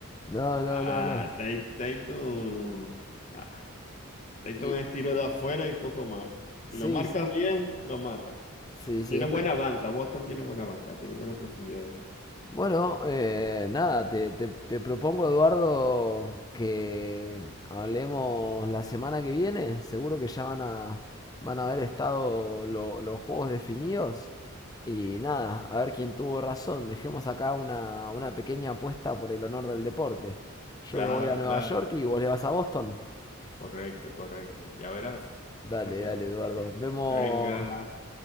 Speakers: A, on the left; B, on the left.
A: No, no,
B: Ah,
A: no, no.
B: Tai- Taito. Ah, Taito
A: Y
B: es tiro de afuera y poco más. Si
A: sí,
B: lo marcas bien, lo mata.
A: sí, sí,
B: Tiene
A: es,
B: buena
A: me-
B: banca, Boston tiene buena banca, tiene buena profundidad de equipo.
A: Bueno, eh, nada, te, te- te propongo, Eduardo, que hablemos la semana que viene. Seguro que ya van a, van a haber estado lo- los juegos definidos. Y nada, a ver quién tuvo razón. Dejemos acá una, una pequeña apuesta por el honor del deporte. Yo
B: Claro,
A: le voy a Nueva
B: claro.
A: York y vos le vas a Boston.
B: Correcto, correcto. Ya verás.
A: Dale,
B: <laughs>
A: dale, Eduardo. Vemos.
B: Venga.